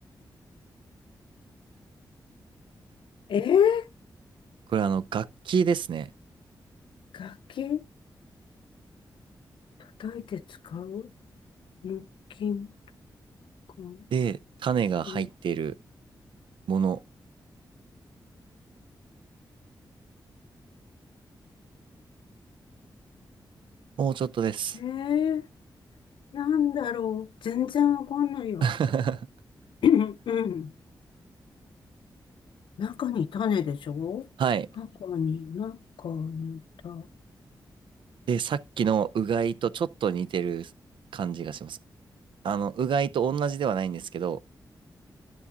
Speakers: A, on the left; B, on the right.
A: え、えー、
B: これあの、楽器ですね。
A: 楽器叩いて使う木琴、こん
B: で、種が入っている
A: う
B: もの。もうちょっとです。
A: えー、なんだろう。全然わかんないよ。
B: <laughs>
A: <clears throat> うんうん中に種でしょ箱に、
B: はい。
A: 中に、た、
B: で、さっきのうがいとちょっと似てる感じがします。あの、うがいと同じではないんですけど、